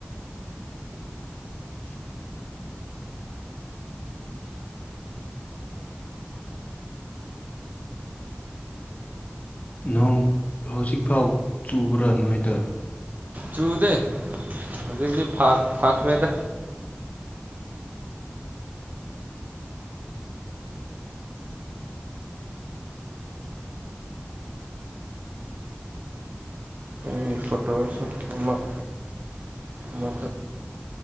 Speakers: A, on the left; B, on the right.
A: <inaudible> ꯅꯣꯡ ꯍꯧꯖꯤꯛꯐꯥꯎ ꯆꯨꯕ꯭ꯔꯥ ꯅꯣꯏꯗ
B: ꯆꯨꯗꯦ ꯍꯧꯖꯤꯛꯇꯗꯤ ꯐꯈ꯭ꯔꯦꯗ ꯑꯩ ꯐꯇꯣꯁ ꯑꯃꯛ ꯃ